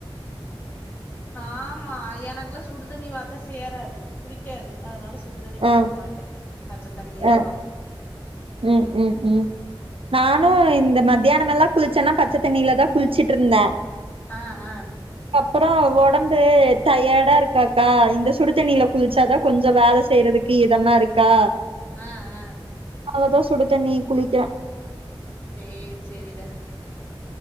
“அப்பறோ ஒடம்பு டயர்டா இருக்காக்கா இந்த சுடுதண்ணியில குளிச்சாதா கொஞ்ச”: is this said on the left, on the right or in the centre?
Right